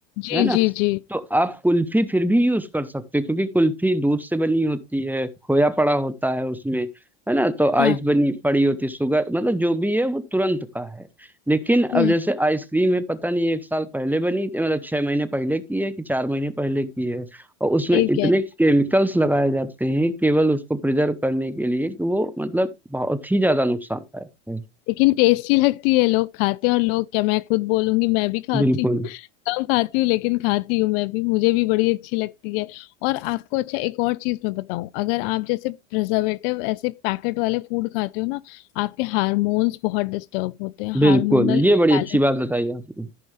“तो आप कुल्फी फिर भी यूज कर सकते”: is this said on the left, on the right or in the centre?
Centre